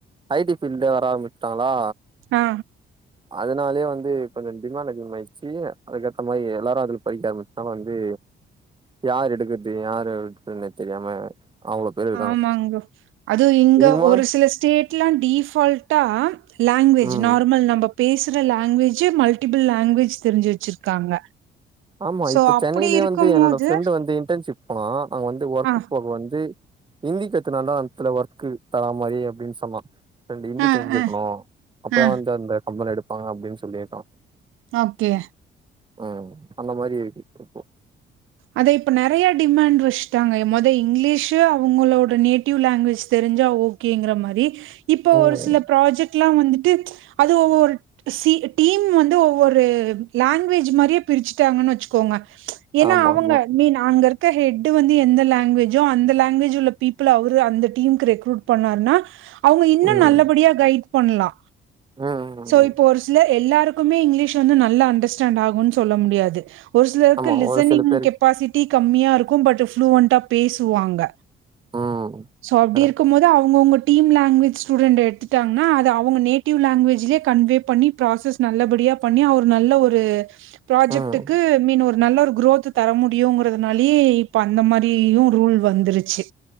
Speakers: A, on the right; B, on the right.
A: ஐடி ஃபீல்ட்ல வர ஆரம்பிச்ட்டாங்ளா
B: ஆ
A: அதனாலே வந்து கொஞ்சொ டிமாண்ட் அதிகமாயிர்ச்சு அதுக்கேத்த மாரி எல்லாரு அதுல போய்ட்டாங் மித்தோங்க வந்து யார் எடுக்கது யார விட்றதுன்னே தெரியாம அவ்ளோ பேர் இருக்காங்க
B: ஆமாங் ப்ரோ அதுவு இங்க
A: இதுக்கு முன்னா
B: ஒரு சில ஸ்டேட்லா டிஃபால் டா லாங்வேஜ்
A: ம்
B: நார்மல் நம்ப பேசுற லாங்வேஜு மல்டிபிள் லாங்வேஜ் தெரிஞ்சு வச்சிருக்காங்க
A: ஆமா
B: சோ
A: இப்ப
B: அப்படி
A: சென்னைலே
B: இருக்கும்போது
A: வந்து என்னோட ஃப்ரெண்டு வந்து இன்டர்ன்ஷிப் போனா அங்க வந்து ஒர்க்கு
B: ஆ.
A: போக வந்து இந்தி கத்துனா தா அந்த்துல ஒர்க்கு தர மாரி அப்டின் சொன்னா ரெண்டு இந்தி
B: ஆ,
A: தெரிஞ்சிருக்கணு
B: ஆ,
A: அப்பதா
B: ஆ.
A: வந்து அந்த கம்பனில எடுப்பாங்க அப்டின் சொல்லிருக்கா
B: ஓகே
A: ம் அந்த மாரி இப்போ
B: அதை இப்ப நறைய டிமாண்ட் வச்ட்டாங்க மொத இங்கிலீஷு அவுங்களோட நேட்டிவ் லாங்வேஜ் தெரிஞ்சா ஓகேங்ற மாரி இப்போ
A: ம்
B: ஒரு சில ப்ராஜெக்ட்லா வந்துட்டு அது ஒவ்வொரு சி டீம் வந்து ஒவ்வொரு லாங்வேஜ் மாரியே பிரிச்சுட்டாங்கன் வச்சுக்கோங்க ஏனா
A: ஆமா ஆமா
B: ஐ மீன் அங்கருக்க ஹெட்டு வந்து எந்த லாங்வேஜோ அந்த லாங்வேஜ் உள்ள பீப்பிள் அவுரு அந்த டீம்க்கு ரெக்ரூட் பண்ணாருன்னா அவுங்க இன்னு
A: ம்
B: நல்லபடியா கைட் பண்ணலா
A: ம்
B: சோ
A: ம்
B: இப்போ ஒரு எல்லாருக்குமே இங்க்லீஷ் வந்து நல்லா அண்டஸ்டாண்ட் ஆகுனு சொல்ல முடியாது ஒரு சிலருக்கு
A: ஆமா
B: லிசனிங்
A: ஒரு சில பேருக்கு
B: கப்பாசிட்டி கம்மியா இருக்கு பட் ஃபுளுவண்டா பேசுவாங்க
A: ம்
B: சோ அபடி
A: கரெக்ட்
B: இருக்குமோது அவுங்கவுங்க டீம் லாங்க்வஜ் ஸ்டூடெண்ட் எட்த்துட்டாங்கன்னா அது அவுங்க நேட்டிவ் லாங்க்வேஜிலே கன்வே பண்ணி ப்ராசஸ் நல்லபடியா பண்ணி அவுரு நல்ல ஒரு ப்ராஜெக்டுக்கு
A: ம்
B: மீன் ஒரு நல்ல ஒரு குரோத்து தர முடியுங்கிறதுனாலயே இப்ப அந்த மாரியு ரூல் வந்துரிச்சு